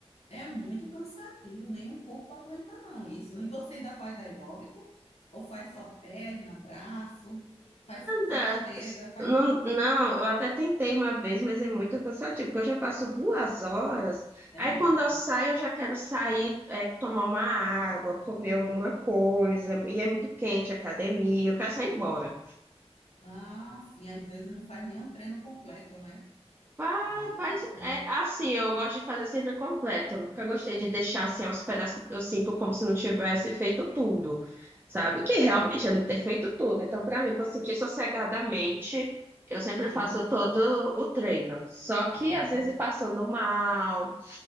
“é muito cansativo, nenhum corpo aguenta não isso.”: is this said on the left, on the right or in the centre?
Left